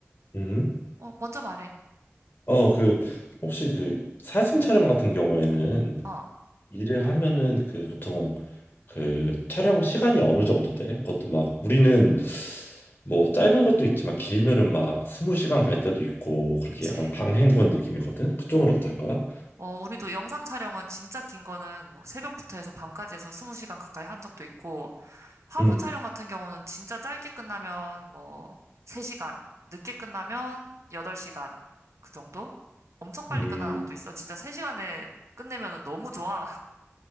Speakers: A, on the left; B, on the right.
A: 음,
B: 어, 먼저 말해.
A: 어, 그, 혹시 그 사진 촬영 같은 경우에는
B: 어,
A: 일을 하면은 그 보통 그 촬영 시간이 어느 정도 돼? 그것도 막 우리는 뭐 짧은 것도 있지만 길면은 막 스무 시간 갈 때도 있고 그렇게
B: 그치.
A: 약간 강행군 느낌이거든. 그쪽은
B: 어,
A: 어떨까?
B: 어, 우리도 영상 촬영은 진짜 긴 거는 뭐 새벽부터 해서 밤까지 해서 20시간 가까이 한 적도 있고, 화보
A: 음.
B: 촬영 같은 경우는 진짜 짧게 끝나면 뭐 3시간, 늦게 끝나면 8시간 그 정도? 엄청 빨리
A: 음.
B: 끝나는 것도 있어. 진짜 3시간에 끝내면 너무 좋아.